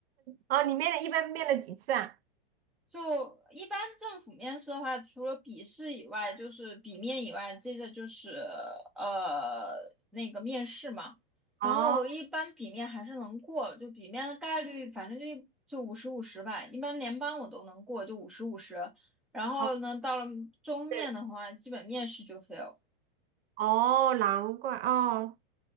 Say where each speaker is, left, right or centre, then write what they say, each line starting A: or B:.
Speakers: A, on the right; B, in the centre.
A: 哦，你面了一般面了几次啊？
B: 就一般政府面试的话，除了笔试以外，就是笔面以外，接着就是呃那个面试嘛。然后一般笔面还是能过，
A: 哦，
B: 就笔面的概率反正就就五十五十吧。一般联邦我都能过，就五十五十。然后呢，
A: 好
B: 到了中面的话，
A: 是
B: 基本面试就 fail。
A: 哦，难怪哦。